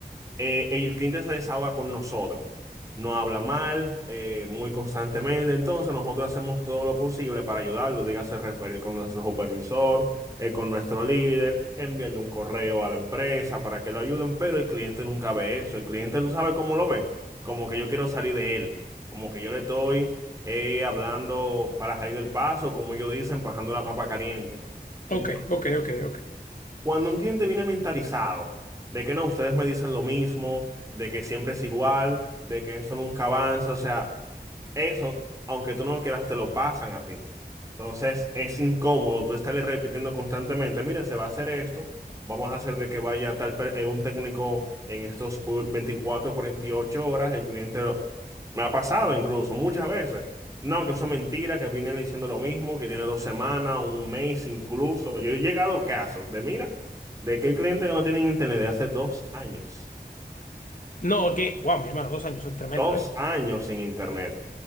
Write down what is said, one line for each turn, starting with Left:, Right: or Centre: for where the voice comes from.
Right: eh, y el cliente se desahoga con nosotros, no habla mal, eh, muy constantemente, entonces nosotros hacemos todo lo posible para ayudarlo, dígase referir con nuestro supervisor, eh, con nuestro líder, enviarle un correo a la empresa para que lo ayuden, pero el cliente nunca ve eso, el cliente tú sabes cómo lo ve, como que yo quiero salir de él, como que yo le estoy eh, hablando para salir del paso, como ellos dicen, pasando la papa caliente. Entonces,
Left: ok, ok, ok, ok.
Right: cuando un cliente viene mentalizado de que no, ustedes me dicen lo mismo, de que siempre es igual, de que eso nunca avanza, o sea, eso, aunque tú no lo quieras, te lo pasan a ti. Entonces es incómodo tú estarle repitiendo constantemente, mira, se va a hacer esto, vamos a hacer de que vaya tal per- eh, un técnico en estos u- veinticuatro, cuarenta y ocho horas, el cliente lo- me ha pasado incluso muchas veces. No, que eso es mentira, que viene diciendo lo mismo, que tiene dos semanas, un mes incluso. Yo he llegado a casos de, mira, de que hay clientes que no tienen internet de hace dos años.
Left: No, que, wow, mi hermano, dos años, eso es tremendo,
Right: Dos
Left: ¿eh?
Right: años sin internet.